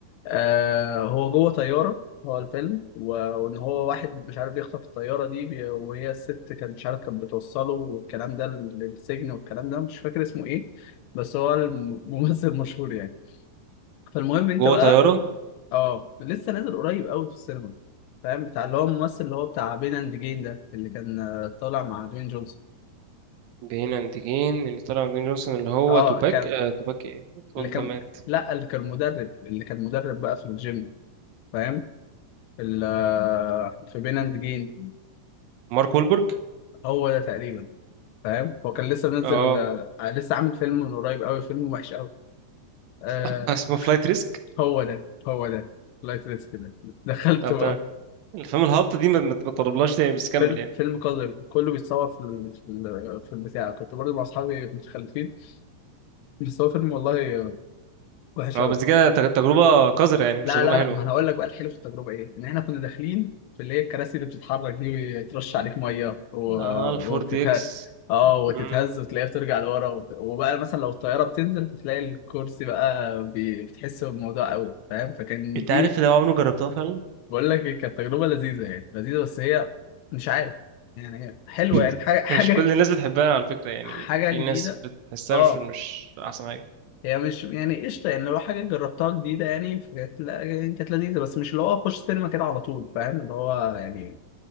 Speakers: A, on the left; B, on the right.
A: آه هو جوه طيارة هو الفيلم و- وإن هو واحد مش عارف بيخطف الطيارة دي بي... وهي الست كانت مش عارف كانت بتوصله والكلام ده لل- للسجن والكلام ده مش فاكر اسمه إيه بس هو الممثل <laughs> مشهور يعني فالمهم أنت
B: جوه
A: بقى
B: طياره
A: آه لسه نازل قريب قوي في السينما فاهم بتاع اللي هو الممثل اللي هو بتاع بين أند جين ده اللي كان آه، طالع مع دوين جونسون
B: بين انديكين اللي طلع دين جونسون اللي هو
A: آه
B: توباك
A: كان
B: آه توباك ايه توباك
A: اللي كان
B: ده مات
A: لا اللي كان مدرب اللي كان مدرب بقى في الجيم فاهم في ال- في بين اند جيم
B: مارك وولبرج
A: هو ده تقريبا فاهم هو كان لسه منزل
B: اه
A: آه، لسه عامل فيلم من قريب قوي فيلم وحش قوي آه
B: <laughs> اسمه فلايت ريسك
A: هو ده هو ده لايت ريسك ده دخلته
B: طب
A: بقى
B: ده الفيلم الهابطه دي ما ما ما تطلبلهاش تاني بس كمل
A: فيلم
B: يعني
A: فيلم قذر كله بيتصور في ال... في ال... في البتاع كنت برضه مع اصحابي متخلفين بس هو فيلم والله وحش
B: اه
A: قوي
B: بس كده تج- تجربه قذره يعني مش
A: لا
B: تجربه
A: لا
B: حلوه
A: لا ما انا هقول لك بقى الحلو في التجربه ايه ان احنا كنا داخلين في اللي هي الكراسي اللي بتتحرك دي ويترش عليك ميه و...
B: اه الفور
A: وتتهز
B: دي اكس
A: اه وتتهز
B: مم.
A: وتلاقيها بترجع لورا وت... وبقى مثلا لو الطياره بتنزل فتلاقي الكرسي بقى بي... بتحس بالموضوع قوي فاهم فكان
B: انت
A: دي
B: عارف لو عمري ما جربتها فعلا
A: بقول لك إيه، كانت تجربه لذيذه يعني لذيذه بس هي مش عارف يعني هي حلوه
B: <laughs>
A: يعني حاجه حاجه
B: مش كل الناس بتحبها على فكرة يعني
A: حاجه
B: في
A: جديده
B: ناس بتحسها
A: اه
B: مش مش أحسن حاجة
A: هي مش يعني قشطة يعني لو حاجة جربتها جديدة يعني كانت لا- يعني كانت لذيذة بس مش اللي هو أخش سينما كده على طول فاهم اللي هو يعني